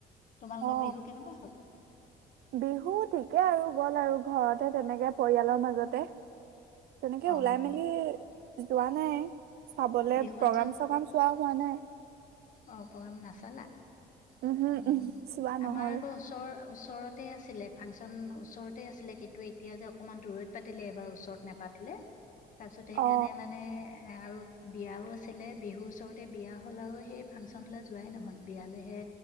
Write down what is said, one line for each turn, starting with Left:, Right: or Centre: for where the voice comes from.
Left: তোমালোকৰ
Right: অ,
Left: বিহু কেনেকুৱা হ'ল?
Right: বিহু ঠিকে আৰু গল, আৰু ঘৰতে তেনেকে পৰিয়ালৰ মাজতে। তেনেকে
Left: অ'।
Right: ওলাই মেলি যোৱা নাই। চাবলে
Left: বিহু ফাংচন
Right: প্ৰগ্ৰাম চগ্ৰাম চোৱা। পোৱা নাই?
Left: অ, প্ৰগ্ৰাম নাচালা?
Right: উমহো
Left: অ,
Right: উম চোৱা নহল
Left: আমাৰ আকৌ ওচৰৰ ওচ ওচৰতে আছিলে ফাংচন, ওচৰতে আছিলে, কিন্তু এতিয়া যে অকণমান দূৰৈত পাতিলে এবাৰ ওচৰত নোপাতিলে। তাৰপিছত সেইকাৰণে
Right: অ
Left: মানে আৰু বিয়াও আছিলে বিহুৰ ওচৰতে, বিয়া হ'ল আৰু সেই ফাংচনলৈ যোৱাই নহ'ল, বিয়ালেহে